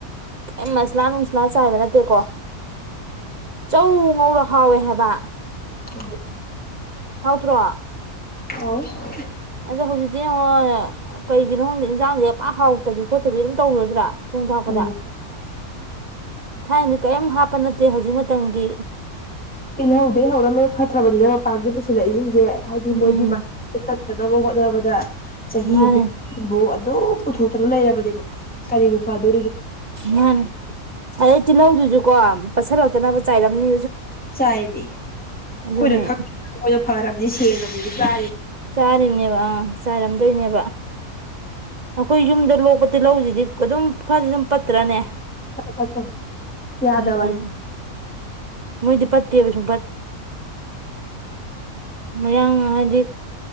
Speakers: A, on the right; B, in the centre.
A: ꯀ ꯃꯁꯂꯥ ꯅꯨꯡꯁꯂꯥ ꯆꯥꯏꯕ ꯅꯠꯇꯦꯀꯣ ꯆꯧ ꯉꯧꯔ ꯍꯥꯎꯋꯦ ꯍꯥꯏꯕ
B: ꯍꯣꯏ
A: ꯍꯥꯎꯗ꯭ꯔꯣ
B: ꯑ
A: ꯑꯗꯣ ꯍꯧꯖꯤꯛꯇꯤ ꯌꯦꯡꯉꯣ ꯀꯩꯒꯤꯅꯣ ꯈꯪꯗ ꯏꯟꯖꯥꯡꯁ ꯌꯥꯝꯄꯥ ꯍꯥꯎꯇꯕꯤ ꯈꯣꯠꯇꯕꯤ ꯑꯗꯨꯝ ꯇꯧꯔꯗ꯭ꯔꯥ ꯊꯣꯡ ꯊꯥꯛꯄꯗ
B: ꯌꯥꯎꯋꯦ
A: ꯊꯥꯏꯅꯗꯤ ꯀꯔꯤꯝ ꯍꯥ ꯅꯠꯇꯦ ꯍꯧꯖꯤꯛ ꯃꯇꯝꯒꯤ
B: ꯇꯤꯜꯍꯧꯗꯩ ꯍꯧꯔꯒ ꯂꯣꯏ ꯐꯠꯇ꯭ꯔꯕꯅꯤꯅ ꯃꯄꯥꯕꯗꯤ ꯄꯨꯁꯤꯜꯂꯛꯏꯁꯤꯡꯁꯦ ꯍꯥꯏꯗꯤ
A: ꯎꯝ
B: ꯃꯣꯏꯗꯤ ꯇꯅꯕ ꯍꯣꯠꯅꯕꯗ ꯆꯍꯤꯐꯥꯎ
A: ꯃꯥꯅꯦ
B: ꯑꯗꯨ ꯄꯨꯊꯣꯛꯇꯅ ꯂꯩꯔꯕꯅꯦꯕ ꯀꯔꯤꯕꯨ ꯐꯗꯣ
A: ꯌꯥꯅꯤ ꯑꯗꯩ ꯇꯤꯜꯍꯧꯗꯨꯁꯨ ꯀꯣ ꯄꯠꯁꯠ ꯂꯧꯇꯅꯕ ꯆꯥꯏꯔꯝꯅꯤ
B: ꯆꯥꯏꯅꯦ ꯑꯩꯣꯏꯅ
A: ꯑꯗꯨꯅꯦ
B: ꯈꯪ ꯑꯩꯣꯏꯅ ꯐꯔꯝ ꯦ ꯀꯃꯤꯔꯤ ꯄꯥ
A: ꯆꯔꯤꯝꯅꯦꯕ ꯑ ꯆꯥꯏꯔꯝꯗꯣꯏꯅꯦꯕ ꯑꯩꯈꯣꯏ ꯌꯨꯝꯗ ꯂꯣꯛꯄꯇ ꯂꯧꯁꯤꯗꯤ ꯑꯗꯨꯝ ꯈꯔꯗꯤ ꯑꯗꯨꯝ ꯄꯠꯇ꯭ꯔꯅꯦ
B: ꯐꯠꯇꯦ ꯌꯥꯗ
A: ꯎꯝ
B: ꯑꯋꯥꯅꯤ
A: ꯃꯣꯏꯗꯤ ꯄꯠꯇꯦꯕ ꯁꯨꯝ ꯃꯌꯥꯝꯡ ꯍꯥꯏꯗꯤ